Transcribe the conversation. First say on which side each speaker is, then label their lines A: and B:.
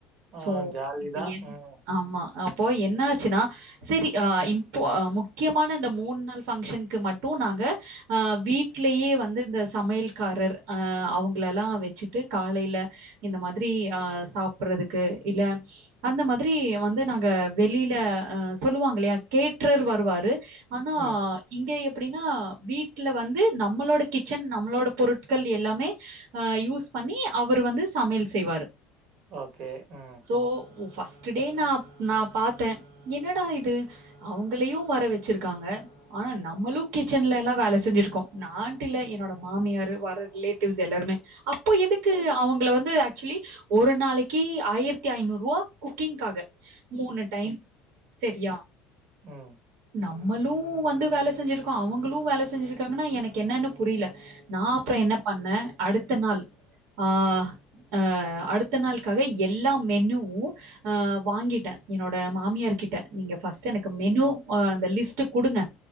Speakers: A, on the right (about 50°); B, on the right (about 70°).
A: ஆ
B: சோ
A: ஜாலி
B: இப்ப
A: தான்.
B: என்
A: ம்,
B: ஆமா அப்போ என்னாச்சுன்னா செரி அ இப்போ முக்கியமான இந்த மூண் நாள் பஃங்க்ஷனுக்கு மட்டு நாங்க ஆ வீட் லயே வந்து இந்த சமையல்காரர் அ அவங்கள எல்லா வச்சுட்டு காலைல இந்த மாதிரி அ சாப்பறதுக்கு இல்ல அந்த மாதிரி வந்து நாங்க வெளியில அ சொல்லுவாங்க இல்லையா கேட்ரர் வருவாரு ஆனா
A: ம்.
B: இங்க எப்டின்னா வீட்ல வந்து நம்மளோட கிச்சன் நம்மளோட பொருட்கள் எல்லாமே அ யூஸ் பண்ணி அவரு வந்து சமையல் செய்வாரு
A: ஓகே ம்
B: தோ ஃபர்ஸ்ட்ட் டே நா நா பார்த்த என்னடா இது அவுங்களையு வர வச்சிருக்காங்க ஆனா நம்மளு கிச்சன்ல எல்லா வேல செஞ்சிருக்கோ நான்ட்டில்ல என்னோட மாமியாரு வர்ற ரிலேட்டிவ்ஸ் எல்லாருமே அப்போ எதுக்கு அவுங்கள வந்து ஆக்சுவலி ஒரு நாளைக்கி ஆயிரத்தி ஐந்நூறு ரூவா குக்கிங்காக மூணு டைம் செரியா
A: ம்
B: நம்மளு வந்து வேல செஞ்சிருக்கோ அவுங்களு வேல செஞ்சிருக்காங்கன்னா எனக்கு என்னன்னு புரில நா அப்றோ என்ன பண்ண அடுத்த நாள் ஆ அ அடுத்த நாளுக்காக எல்லா மெனுவு ஆ வாங்கிட்ட என்னோட மாமியார் கிட்ட நீங்க ஃபஸ்ட் டு எனக்கு மெனு அந்த லிஸ்ட்ட குடுங்க